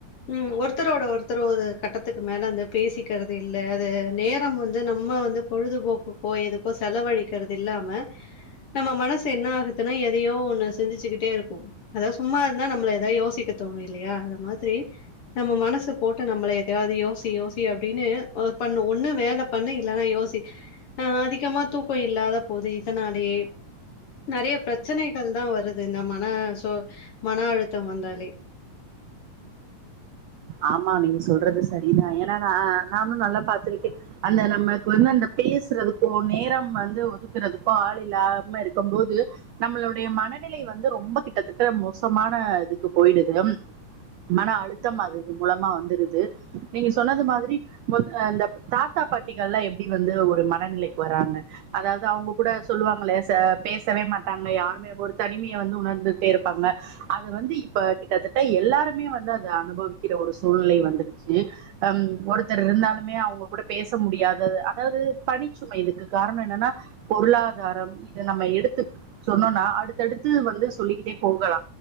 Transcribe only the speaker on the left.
ம் ஒருத்தரோட ஒருத்தர் ஒரு கட்டத்துக்கு மேலே அந்த பேசிக்கிறது இல்ல அது நேரம் வந்து நம்ம வந்து பொழுதுபோக்குக்கோ எதுக்கோ செலவழிக்கிறது இல்லாம நம்ம மனசு என்ன ஆகுதுன்னா எதையோ ஒண்ணு சிந்துசிச்சுக்கிட்டே இருக்கு அதா சும்மா இருந்தா நம்மள ஏதாவது யோசிக்க தோணு இல்லையா அந்த மாதிரி நம்ம மனசு போட்டு நம்மள எதையாவது யோசி யோசி அப்டின்னு பண்ண ஒன்னு வேல பண்ணு இல்லன்னா யோசி அ அதிகமா தூக்கம் இல்லாத போது இதனாலே நெறைய பிரச்சனைகள் தா வருது இந்த மன சோ மன அழுத்தம் வந்தாலே